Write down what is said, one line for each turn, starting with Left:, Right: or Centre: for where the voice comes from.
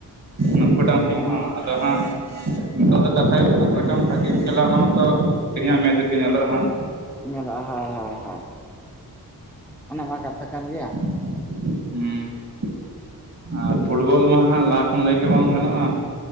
Right: ᱱᱩᱠᱩ ᱴᱟᱝ ᱴᱤᱢ
Centre: ᱦᱳᱭ
Right: ᱦᱚᱸ ᱟᱫᱚ ᱦᱟᱸᱜ ᱼᱼ ᱱᱤᱛᱚᱜ ᱫᱚ ᱠᱟᱛᱷᱟ ᱦᱩᱭᱩᱜ ᱠᱟᱱᱟ ᱚᱠᱚᱭ ᱴᱟᱝ ᱵᱷᱟᱜᱮᱭ ᱠᱷᱮᱞᱟ ᱚᱱᱟ ᱢᱟᱛᱚ ᱛᱤᱦᱤᱧᱟᱜ ᱢᱮᱪ ᱨᱮᱜᱮ ᱧᱮᱞᱚᱜᱼᱟ ᱦᱟᱸᱜ ᱾
Centre: ᱧᱮᱞᱚᱜᱼᱟ ᱦᱚᱭ ᱦᱚᱭ ᱦᱚᱭ ᱚᱱᱟ ᱢᱟ ᱠᱟᱛᱷᱟ ᱠᱟᱱ ᱜᱮᱭᱟ ᱾
Right: ᱦᱩᱸ ᱾ ᱟᱨ ᱯᱷᱩᱴᱵᱚᱞ ᱢᱟ ᱦᱟᱸᱜ ᱞᱟᱦᱟ ᱠᱷᱚᱱ ᱞᱟᱹᱭ ᱜᱮ ᱵᱟᱝ ᱜᱟᱱᱚᱜᱼᱟ ᱾